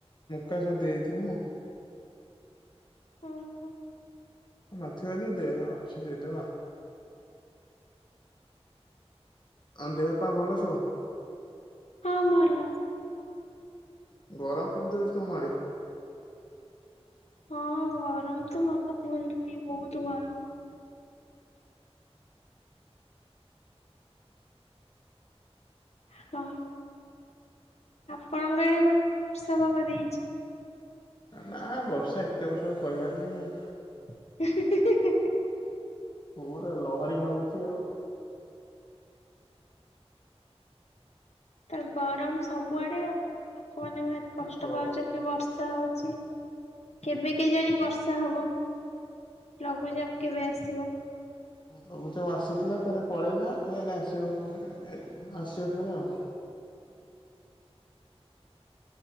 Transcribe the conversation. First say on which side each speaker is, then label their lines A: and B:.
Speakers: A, on the left; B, on the left.
A: କାଶ ଦେଇଥିଲ ନା।
B: ହ ହୋ।
A: <unintelligible> ବୋଲି ଦେ ଅଛି ଦେଇଦେବା। ଆଉ ଦେହ ପା ଭଲ ସବୁ?
B: ହଁ ମରଲା।
A: ଗରମ କେମିତି ହଉଚି ତମ ଆଡେ?
B: ହଁ ଗରମ ତ ସବୁ କୁହନ୍ତୁନି ବହୁତ ଗରମ। ହଁ ଆପଣଙ୍କ ଗାଁରେ ବୋଧେ ବର୍ଷା ପାଗ ଦେଇଛି।
A: ନା ବର୍ଷା ଏତେ ବର୍ଷା କହିବାର ନାହିଁ ଆଉ।
B: ହିଁ ହିଁ ହିଁ ହିଁ ହିଁ ହିଁ ।
A: ପୁରା ଲହରୀ ଭାଙ୍ଗୁଛି ଆଉ।
B: ତା ଗରମ ସବୁଆଡେ ଆଉ ଲୋକମାନେ ଭାରି କଷ୍ଟ
A: କ
B: ପାଉଚନ୍ତି ବର୍ଷା ହଉ। ହିଁ କେବେ କେଜାଣି ବର୍ଷା ହବ। ଲଘୁଚାପ କେବେ ଆସିବ?
A: ଲଘୁଚାପ ଆସିଥିଲା ପରେ ପଳେଇଲା ପୁ ଏଇନେ ଆସିବ ଆସିବ ଫେରେ ଆଉ।